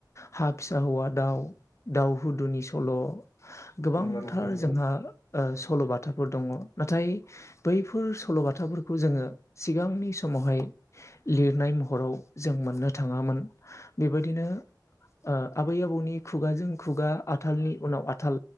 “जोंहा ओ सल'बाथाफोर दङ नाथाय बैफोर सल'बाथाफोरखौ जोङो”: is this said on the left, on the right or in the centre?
Left